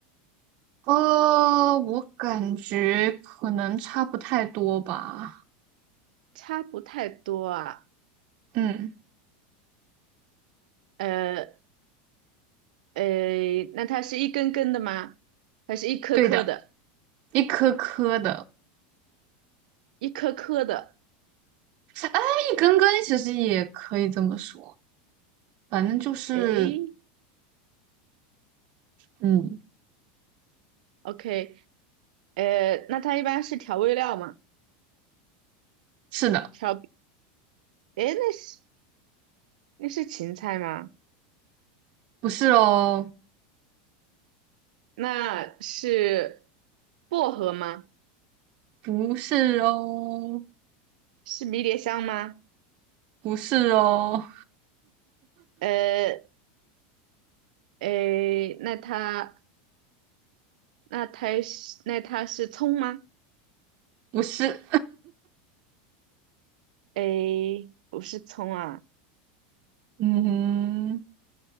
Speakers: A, on the right; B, on the right.
A: 呃，我感觉可能差不太多吧，
B: 差不太多啊。
A: 嗯，
B: 呃，呃，那它是一根根的吗？还是一颗颗的？
A: 对的，一颗颗的。
B: 一颗颗的。
A: 哎，一根根其实也可以这么说，反正就是，
B: 诶，
A: 嗯，
B: OK，呃，那它一般是调味料吗？
A: 是的，
B: 调，诶，那是那是芹菜吗？
A: 不是哦，
B: 那是薄荷吗？
A: 不是哦，
B: 是迷迭香吗？
A: 不是哦，
B: 呃，诶，那它那它是那它是葱吗？
A: 不是，
B: 诶，不是葱啊，
A: 嗯，